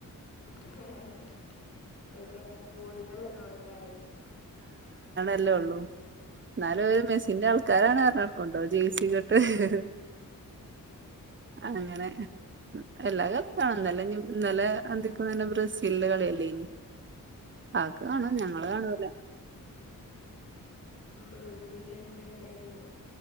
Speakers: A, on the left (about 45°); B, on the right (about 35°).
A: <unintelligible> അ അ അഹ് അത് കൊണ്ട് കൂടുതലൊന്നും അവൻക്ക് അറിയില്ലല്ലോ
B: <unintelligible> അത് അല്ലേ ഉള്ളൂ എന്നാലും <unintelligible> അവര് മെസ്സിന്റെ ആൾക്കാരാണ് എന്ന് <unintelligible> പറഞ്ഞ് നടക്കുന്നുണ്ടോ ജൈസി ഒക്കെ ഇട്ട്
A: ഉ <inaudible>
B: അങ്ങനെ എല്ലാവരും അത് <unintelligible> കാണലന്നെല്ലെ ഇന്നലെ അന്തിക്ക് <unintelligible> ബ്രസീലിൻ്റെ കളിയല്ലെയ്ന്ന
A: ഹേ <inaudible>
B: കാക്ക കാണും ഞങ്ങള് കാണൂല
A: <unintelligible> ഇ്രൽണ്ട ഉണ്ടായിരുന്നു